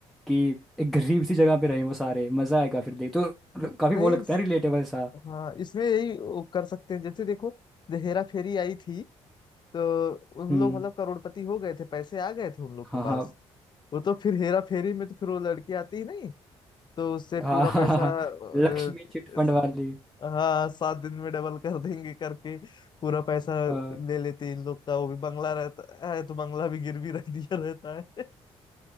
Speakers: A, in the centre; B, on the left (about 40°).
A: कि एक गरीब सी जगह पे रहें वो सारे मजा आएगा फिर देख तो
B: नहीं
A: काफी वो लगता है रिलेटेबल सा
B: हाँ इसमें यही वो कर सकते हैं जैसे देखो जब हेरा फेरी आई थी तो उन
A: हम्म
B: लोग मतलब करोड़पति हो गए थे पैसे आ गए थे उन लोग के
A: हाँ
B: पास
A: हाँ
B: वो तो फिर हेरा फेरी में तो फिर वो लड़की आती ही नहीं तो उससे
A: हाँ
B: पूरा
A: हाँ
B: पैसा
A: हाँ, हाँ,
B: अ,
A: लक्ष्मी चिटफंड
B: इस-
A: वाली
B: हाँ सात दिन में डबल कर देंगे करके पूरा पैसा
A: अ,
B: ले लेते इन लोग का वो भी बंगला रहता है तो बंगला भी गिरवी रख दिया रहता है <laughs>